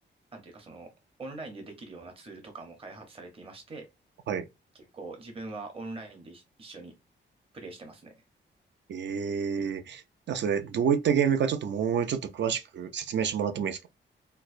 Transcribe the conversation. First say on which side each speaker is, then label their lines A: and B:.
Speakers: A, on the right; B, on the right.
A: なんていうかそのオンラインでできるようなツールとかも開発されていまして、
B: はい。
A: 結構自分はオンラインで一緒にプレイしてますね。
B: ええー。それ、どういったゲームかちょっともうちょっと詳しく説明してもらってもいいですか